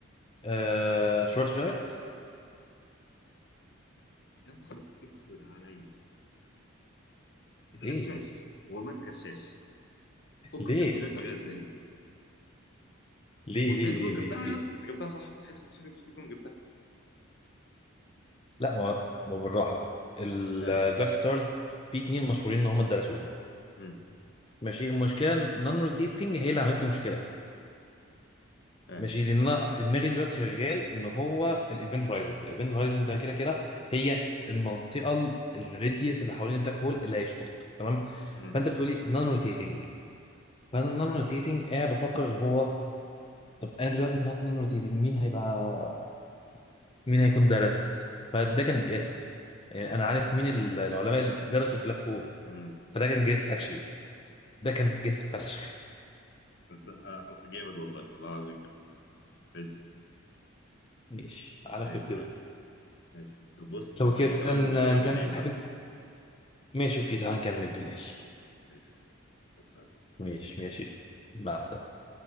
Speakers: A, on the left; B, on the left.
A: آه شورت جايرت
B: يا نهار اسود عليا انت
A: ايه
B: غشاش والله انت غشاش اقسم
A: ليه
B: بالله انت غشاش
A: ليه
B: وازاي
A: ليه
B: تكون
A: ليه
B: جبتها
A: ليه ليه
B: يا اسطى انت جبتها صح مستحيل تكون مستحيل مستحيل تكون جبتها
A: لا ما ما بالراحة ال-
B: اه
A: البلاك ستارز في اتنين مشهورين ان هم درسوهم
B: امم
A: ماشي المشكله النون روتيتنج هي اللي عملت لي مشكله
B: اه
A: ماشي لان انا في دماغي دلوقتي شغال ان هو الايفنت هورايزون الايفنت هورايزون ده كده كده هي المنطقه ال- الراديوس اللي حوالين البلاك هول اللي هيشفطك تمام
B: امم
A: فانت بتقولي نون روتيتنج فانا نون روتيتنج قاعد بفكر اللي هو طب انا دلوقتي نون روتيتنج مين هيبقى مين هيكون درس فده كان جس يعني انا عارف مين ال- العلماء اللي درسوا البلاك هول
B: امم
A: فده كان جس اكشلي ده كان جس فشخ
B: بس آه، جامد والله والله العظيم جامد ماشي
A: ماشي على
B: ماشي
A: خير
B: خلاص ماشي طب بص
A: لو
B: نبقى
A: كده
B: نكمل
A: ن-
B: نلعب
A: نكمل
B: بالليل
A: حابين
B: بقى
A: ماشي اوكي تعالى نكمل بالليل
B: ماشي بس
A: ماشي ماشي مع السلامة